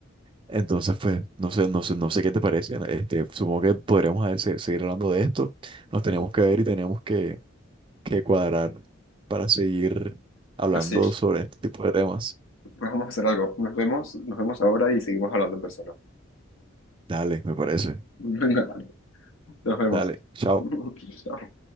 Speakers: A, on the right; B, on the left.
A: Entonces, pues, no sé, no sé, no sé qué te parece. Este, supongo que podremos a ver, se- seguir hablando de esto. Nos tenemos que ver y tenemos que, que cuadrar para seguir hablando
B: así.
A: sobre este tipo de temas.
B: Pues vamos a hacer algo. Nos vemos, nos vemos ahora y seguimos hablando en persona.
A: Dale, me parece.
B: Venga, nos vemos.
A: Dale, chao.
B: <laughs> Chao.